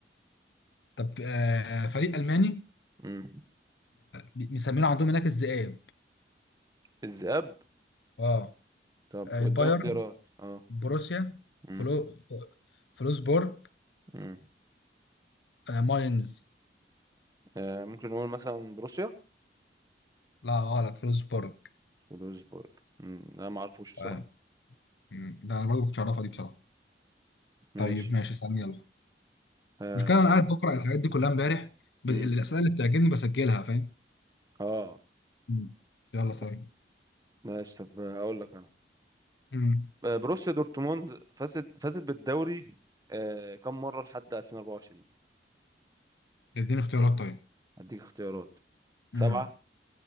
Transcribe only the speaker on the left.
طب آه فريق الماني
بي- مسمينه عندهم هناك الذئاب
اه
البايرن
بروسيا
فلو فلوسبورج
آه ماينز
لا غلط فلوسبورج
آه. مم. ده انا برضه كنت اعرفها دي بصراحه
طيب ماشي استنى يلا
المشكله انا قاعد بقرا الحاجات دي كلها امبارح ب-
الاسئله اللي بتعجبني بسجلها فاهم
مم. يلا ثاني
مم.
اديني اختيارات طيب
مم.